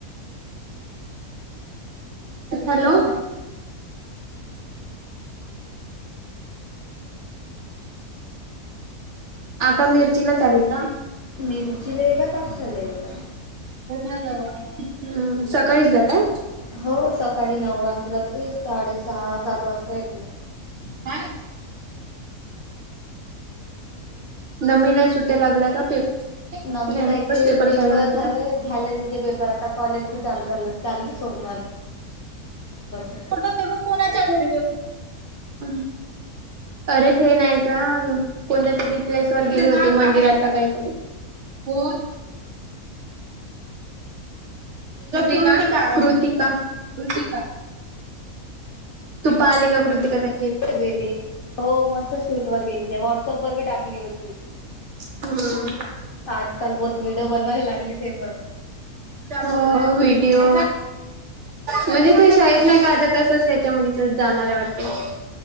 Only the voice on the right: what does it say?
हॅलो. आक्का मिरचीला चालली का?
हम्म, सकाळीच जाता?
नाही. नम्मीला ही सुट्या लागल्याय का पेप
नाही
मगच
झाले वाटते
ते मग कोणाच्या घरी <unintelligible> अरे ते नाही का कोणत्या तरी प्लेस वर गेली होती, मंदिरात का काहीतरी कोण? कृतिका कृतिका कृतिका. तू पाहली का कृतिका कधी?
हम्म.
हो, व्हिडिओ म्हणजे ते शाळेत नाही का आता तसंच ह्याच्या मुलीचे जाणार आहे वाटते.